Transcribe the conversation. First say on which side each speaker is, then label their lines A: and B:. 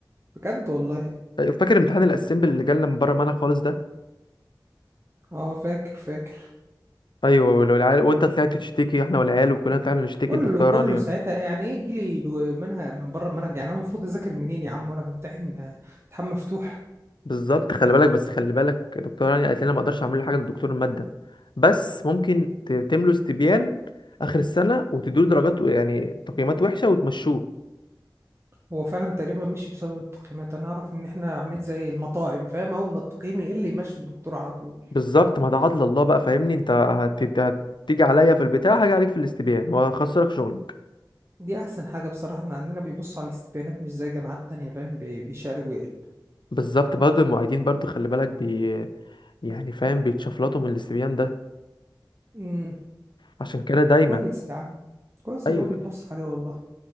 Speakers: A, on the right; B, on the left.
A: بجد والله
B: أيوة، فاكر امتحان الاسمبل اللي جالنا من بره معانا خالص ده
A: اه فاكر فاكر
B: ايوه ولو العيال وانت طلعت تشتكي احنا والعيال وكلنا طلعنا نشتكي
A: كله
B: لدكتوره
A: كله
B: رانيا
A: ساعتها يعني ايه جيلي دو- منهج من بره المنهج يعني انا المفروض اذاكر منين يا عم وانا بمتحن آه، امتحان مفتوح
B: بالظبط خلي بالك بس خلي بالك دكتوره رانيا قالت لنا ما اقدرش اعمل له حاجه لدكتور الماده بس ممكن ت- تملوا استبيان اخر السنه وتدوا له درجات و- يعني تقييمات وحشه وتمشوه
A: هو فعلا تقريبا مشي بسبب التقييمات انا اعرف ان احنا عاملين زي المطاعم فاهم اول ما التقييم يقل يمشي الدكتور على طول
B: بالظبط ما ده عدل الله بقى فاهمني انت هت- هتيجي عليا في البتاع هاجي عليك في الاستبيان وهخسرك شغلك
A: دي احسن حاجه بصراحه احنا عندنا بيبصوا على الاستبيانات مش زي جامعات تانية فاهم بي- بيشقلب ويقلب
B: بالظبط برضه المعيدين برضه خلي بالك بي يعني فاهم بيتشفلطوا من الاستبيان ده
A: امم
B: عشان كده دايما
A: كويس يا عم كويس
B: ايوه
A: ان هو بيتبص عليه والله